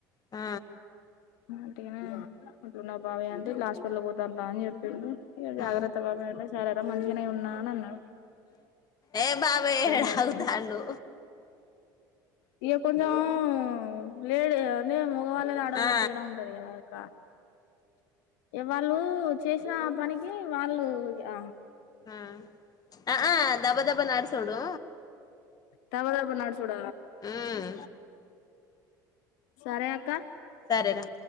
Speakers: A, on the left; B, on the left.
A: ఆ
B: అటికనే ఎట్లున్నవ్ బావ అంటే ఇట్లలాస్పిటల్ పోతాను రా అని చెప్పిండు ఇక జాగ్రత్త
A: ఆ
B: బాబాయ్ అంటె సరేరా మంచిగనే ఉన్నా అనన్నాడు
A: ఏ బాబు ఏడ
B: సరే
A: ఆగుతాండు
B: అని ఇగ కొంచెం ప్లేడ్ అని మగవాళ్ళది ఆడవాళ్ళది
A: ఆ
B: తేడా ఉంటది కదా అక్క ఎవళ్ళు చేసిన పనికి వాళ్ళు ఆ
A: ఆ అ ఆ దబ దబ నడుసుడు
B: ధబ ధబ నడుసు చూడ
A: మ్
B: సరే అక్క
A: సరేరా